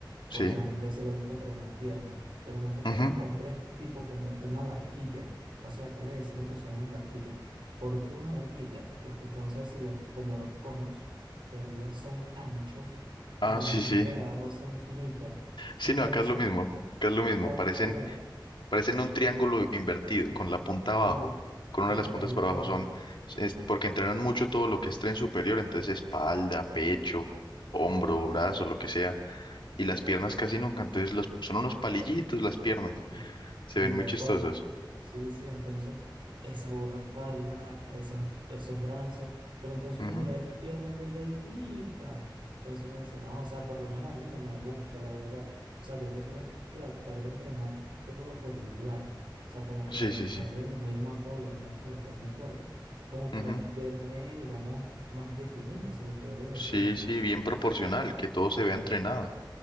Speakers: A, on the left (about 75°); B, on the right (about 85°).
A: sí.
B: porque a las mujeres sí les gusta entrenar piernas, pero más que todo
A: ujú.
B: a los hombres tipo como una barquilla. O sea, acá le decimos que son unas barquillas. ¿Por qué una barquilla? Porque usted no sabe si los, como los conos que arriba son anchos
A: Ah,
B: y en
A: sí,
B: la parte
A: sí.
B: de abajo son finitas.
A: Sí,
B: Entonces,
A: no, acá es lo mismo,
B: Mm.
A: acá es lo mismo.
B: tal
A: Parecen,
B: cual,
A: parecen un triángulo invertido, con la punta abajo,
B: sí,
A: con
B: <laughs>
A: una de las puntas
B: tal
A: para
B: cual.
A: abajo. Son, es porque entrenan mucho todo lo que es tren superior, entonces espalda, pecho, hombro, brazo, lo que sea. Y las piernas casi nunca, entonces los, son unos palillitos las piernas.
B: Sí,
A: Se
B: sí,
A: ven
B: tal
A: muy chistosos.
B: cual. Sí, sí, entonces esa espalda, esas, esos brazos, pero entonces
A: Ujú.
B: uno lo ve las piernas delgaditicas. Entonces uno dice, no, o sea, por lo menos a mí no me gusta, la verdad. O sea, yo prefiero tratar de entrenar todo por igual. O sea, como que
A: Sí,
B: dedicarle
A: sí, sí.
B: lo mismo a todos los músculos, a todo mi cuerpo, como
A: Ujú.
B: para verme, digamos, más definido, se le podría decir.
A: Sí, sí, bien proporcional, que todo se vea entrenado.